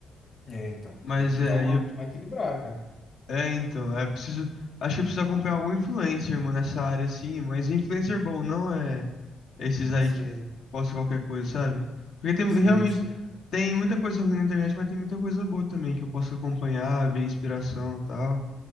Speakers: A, on the left (about 40°); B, on the left (about 75°).
A: É, então,
B: Mas
A: tem que
B: é,
A: dar uma,
B: e eu-
A: uma equilibrada, cara.
B: é, então, é preciso. Acho que eu preciso acompanhar algum influencer, mano, nessa área, assim. Mas influencer bom não é. Esses aí
A: Sei,
B: que postam qualquer coisa, sabe? Porque tem
A: sei,
B: realmente
A: sei.
B: tem muita coisa ruim na internet, mas tem muita coisa boa também que eu posso acompanhar, ver inspiração e tal,